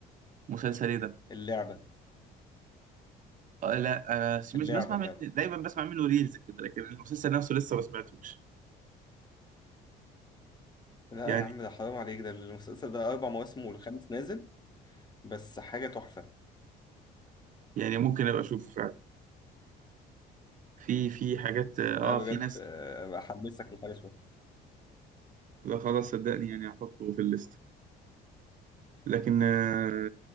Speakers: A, on the right; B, on the left.
A: مسلسل ايه ده
B: اللعبة
A: آه لا انا سميث
B: اللعبة
A: بسمع
B: اللعبة
A: من دايما بسمع منه ريلز كده لكن المسلسل نفسه لسه ما سمعتوش
B: لا
A: يعني
B: يا عم ده حرام عليك ده المسلسل ده أربع مواسم والخامس نازل بس حاجة تحفة
A: يعني ممكن ابقى اشوفه فعلا في في حاجات اه
B: لا بجد
A: في ناس
B: آه، بحمسك لحاجة شوية
A: لا خلاص صدقني يعني هحطه في الليست لكن آه